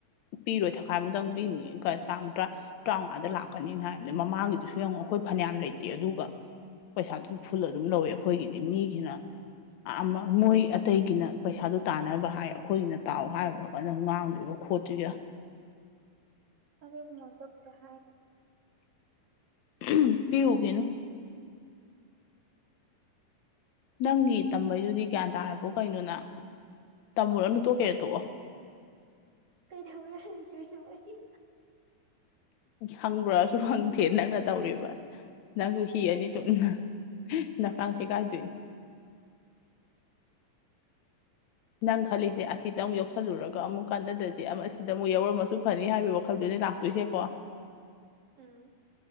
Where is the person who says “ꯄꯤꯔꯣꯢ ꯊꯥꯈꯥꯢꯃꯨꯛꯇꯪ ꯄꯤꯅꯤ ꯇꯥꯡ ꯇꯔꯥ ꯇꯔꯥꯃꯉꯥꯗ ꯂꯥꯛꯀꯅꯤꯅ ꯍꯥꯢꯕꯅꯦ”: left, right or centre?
Left